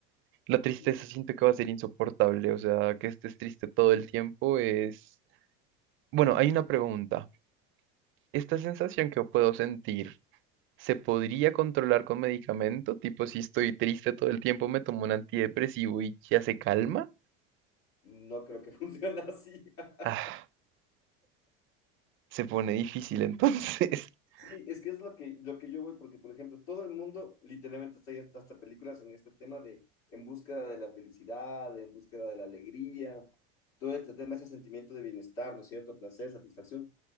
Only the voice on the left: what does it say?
ujú.
No creo que funcione así. <laughs>
Sí, es que es lo que, lo que yo voy, porque por ejemplo, todo el mundo literalmente está ya hasta, hasta películas en este tema de en búsqueda de la felicidad, en búsqueda de la alegría, todo este tema, ese sentimiento de bienestar, ¿no es cierto? Placer, satisfacción.